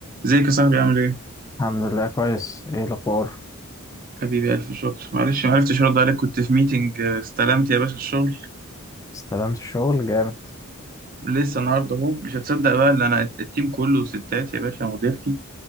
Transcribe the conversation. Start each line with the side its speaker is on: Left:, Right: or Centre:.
Right: ازيك يا صاحبي عامل ايه؟
Left: الحمد لله كويس ايه الاخبار
Right: حبيبي ألف شكر معلش ما عرفتش أرد عليك كنت في ميتنج آه، استلمت يا باشا الشغل
Left: استلمت الشغل جامد
Right: لسه النهاردة أهو مش هتصدق بقى اللي أنا التيم كله ستات يا باشا مديرتي